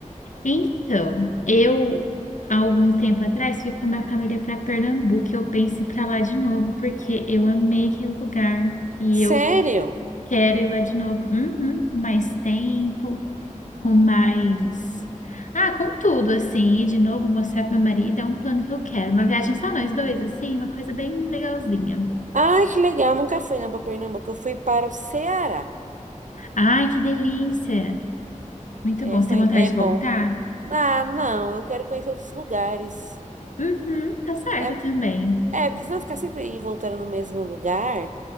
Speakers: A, on the left; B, on the right.
A: Então, eu há algum tempo atrás fui com a minha família para Pernambuco e eu penso em ir para lá de novo porque eu amei aquele lugar e
B: Sério?
A: eu quero ir lá de novo. Uhum, com mais tempo. com mais. Ah, com tudo, assim, e de novo mostrar pro meu marido, é um plano que eu quero. Uma viagem só nós dois, assim, uma coisa bem legalzinha.
B: Ai, que legal, nunca fui, né, pra Pernambuco, eu fui para o Ceará.
A: Ai, que delícia! Muito
B: É,
A: bom.
B: foi,
A: Você tem vontade
B: é
A: de
B: bom.
A: voltar?
B: Ah, não, eu quero conhecer outros lugares.
A: Uhum, tá certo
B: É,
A: também.
B: É, porque senão ficar sempre aí voltando no mesmo lugar,